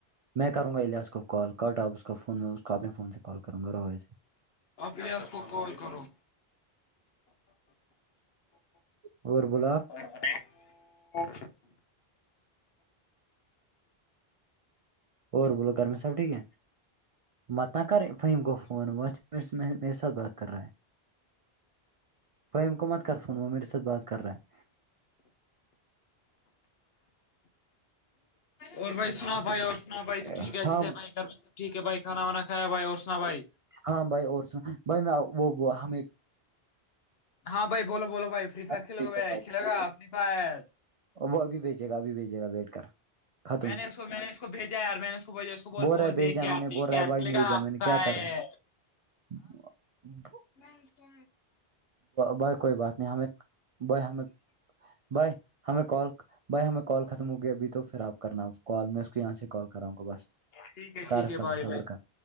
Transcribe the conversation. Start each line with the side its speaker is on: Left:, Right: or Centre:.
Right: میں کروں گا الیاس کو کال کرٹاپ اس فون میں اس کو اپنے فون سے کال کروں گا رو وی سے
Left: اپنے آپ کو کال کرو
Right: اورور بلاب
Left: ا اک
Right: اور بولو گرمی صاب ٹھیک ہے متہ کر فم گ فون وہت میں میرے ساتھ بات کر رہا ہے وہ ح ہمکومت کر فون وہ میرےات بات کر رہے ہیں
Left: اور بھ سنا بائی اور سنا بائی
Right: ہے
Left: تو ٹیک اچے
Right: ہاں
Left: بائی گھر ب سبٹھیک ہے بھ کھاناانایا بھائی اور سنا بھائی
Right: ہاں بھائی اور سناو بھائی میں وہ ہمیں
Left: ہاں بائی بولو بولو بھائی فری فائر
Right: بھیجے
Left: کھیل گ بائی کھیلے گا فری فائر
Right: ا وہ ابھی بھیجے گابھی بھیجے گا بیٹھ کر ختم
Left: میں نے اس کو میں نے اس کو بھیجا ار میں نے اس کو ب اس کو بول بول
Right: رہا ہے بھیجا
Left: دیک کے
Right: میں
Left: دھ
Right: نے بول رہا
Left: کےار
Right: ہے بھائی
Left: کھیے
Right: بھیجا
Left: گا
Right: میں نے
Left: کاائے
Right: کیا کر رہا <inaudible>
Left: نہیں کہ
Right: بائی کوئی بات نہیں ہمیں بائی ہمیں بھائی ہمیں کال بھائی ہمیں کال ختم ہو گیا ابھی تو پھر آپ کرنا کال میں اس کو یہاں سے کال کراؤں گا بس
Left: ٹھیک ہے
Right: کر
Left: ٹھیک ہے
Right: صبر
Left: بھائی
Right: صبر
Left: بھائی
Right: کر